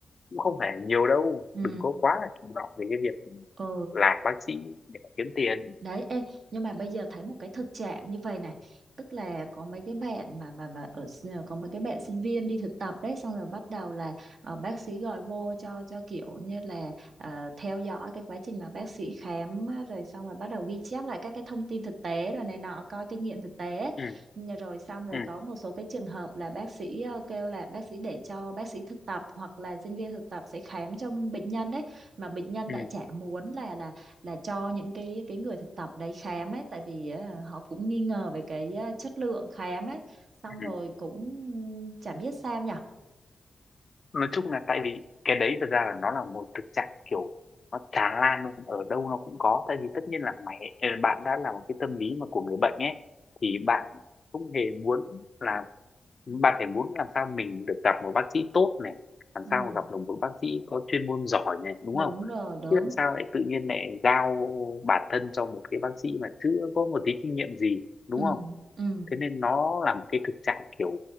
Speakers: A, on the left; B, on the right.
A: cũng không phải nhiều đâu
B: ừ,
A: đừng có quá là chủ động về cái việc
B: ừ,
A: làm bác sĩ để mà kiếm tiền
B: đấy ê, nhưng mà bây giờ thấy một cái thực trạng như vậy này tức là có mấy cái bạn mà mà mà ở s- có mấy cái bạn sinh viên đi thực tập đấy xong rồi bắt đầu là ờ, bác sĩ gọi vô cho cho kiểu như là ờ, theo dõi cái quá trình mà bác sĩ khám á, rồi xong rồi bắt đầu ghi chép lại các cái thông tin thực tế rồi này nọ coi kinh nghiệm thực tế
A: ừ,
B: Nhờ rồi xong rồi
A: ừ,
B: có một số cái trường hợp là bác sĩ ờ, kêu là bác sĩ để cho bác sĩ thực tập hoặc là sinh viên thực tập sẽ khám cho bệnh nhân đấy mà bệnh nhân
A: ừ,
B: lại chả muốn là là là cho những cái cái người thực tập đấy khám ấy tại vì á, họ cũng nghi ngờ về cái á, chất lượng khám ấy xong
A: ừ.
B: rồi cũng chả biết sao nhở
A: nói chung là tại vì cái đấy thật ra là nó là một thực trạng kiểu nó tràn lan luôn ở đâu nó cũng có tại vì tất nhiên là mày ờ, bạn đã là một cái tâm lý mà của người bệnh ấy thì bạn không hề muốn là bạn phải muốn làm sao mình được gặp một bác sĩ tốt này làm
B: ừ,
A: sao gặp được một bác sĩ có chuyên môn giỏi này đúng
B: đúng
A: không
B: rồi đúng
A: Thế làm sao lại tự nhiên lại giao bản thân cho một cái bác sĩ mà chưa có một tí kinh nghiệm gì đúng
B: ừ,
A: không?
B: ừ.
A: Thế nên nó là một cái thực trạng kiểu